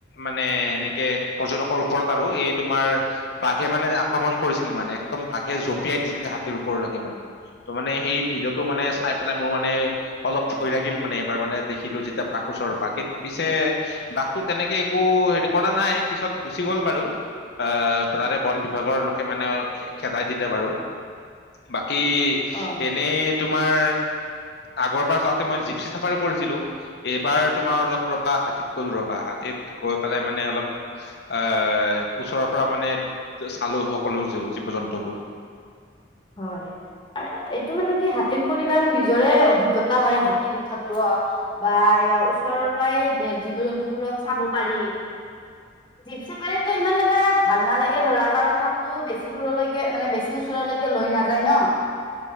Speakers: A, on the left; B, on the left.
A: মানে এনেকে পৰ্যটকৰ ওপৰত আৰু এই তোমাৰ বাঘে মানে আক্ৰমণ কৰিছিলে মানে একদম বাঘে জঁপিয়াই দিছিলে হাতীৰ ওপৰলৈকে মানে। ত' মানে সেই ভিডিঅ'টো মানে চাই পেলাই মোৰ মানে অলপ ভয় লাগিল মানে এইবাৰ মানে দেখিলোঁ যেতিয়া বাঘ ওচৰৰ পৰা কিন্তু পিছে বাঘ তো তেনেকে একো হেৰি কৰা নাই পিছত গুচি গ'ল বাৰু অ তাৰে বন বিভাগৰ লোকে মানে খেদাই দিলে বাৰু। বাকী
B: অ'
A: এনেই তোমাৰ আগৰবাৰ যাওঁতে মই জিপচি চাফাৰী কৰিছিলোঁ। এইবাৰ তোমাৰ অলপ ৰবা হাতীত গ'ল ৰবা, হাতীত গৈ পেলাই মানে অলপ আ, ওচৰৰ পৰা মানে চালো সকলো জীৱ জন্তু বোৰ
B: হয় এইটো মানে কি হাতীত কৰিলে আৰু নিজৰে অভিজ্ঞতা হয় হাতীত উঠাতো বা ওচৰৰ পৰাই জীৱ জন্তুবোৰক চাব পাৰি জীপ চেপাৰীতটো ইমান এটা ভাল নালাগে ধৰা কাৰণ তাতো বেছি দূৰলৈকে মানে বেছি ওচৰলৈকে কিয় লৈ নাযায় ন?